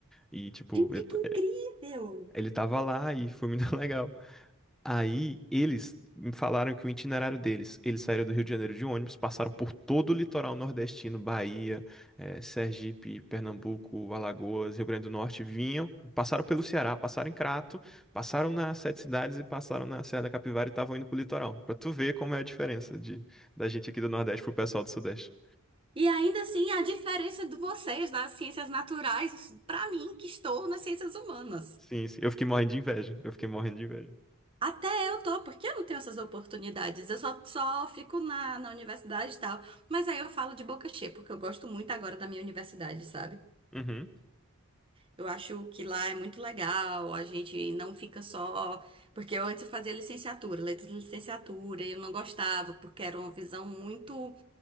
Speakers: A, in the centre; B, on the right (about 25°).
A: E, tipo,
B: Gente,
A: ele, t-
B: que incrível!
A: ele tava lá e foi muito <laughs> legal. Aí eles me falaram que o itinerário deles, eles saíram do Rio de Janeiro de ônibus, passaram por todo o litoral nordestino, Bahia, eh, Sergipe, Pernambuco, Alagoas, Rio Grande do Norte, vinham, passaram pelo Ceará, passaram em Crato, passaram nas Sete Cidades e passaram na Serra da Capivara e estavam indo pro litoral. Pra tu ver como é a diferença de, da gente aqui do Nordeste pro pessoal do Sudeste.
B: E ainda assim, a diferença de vocês das ciências naturais pra mim, que estou nas ciências humanas.
A: Sim, sim. Eu fiquei morrendo de inveja. Eu fiquei morrendo de inveja.
B: Até eu tô, porque eu não tenho essas oportunidades. Eu só, só fico na, na universidade e tal. Mas aí eu falo de boca cheia, porque eu gosto muito agora da minha universidade, sabe?
A: Uhum.
B: Eu acho que lá é muito legal, a gente não fica só. Porque eu antes eu fazia licenciatura, letras de licenciatura, e eu não gostava, porque era uma visão muito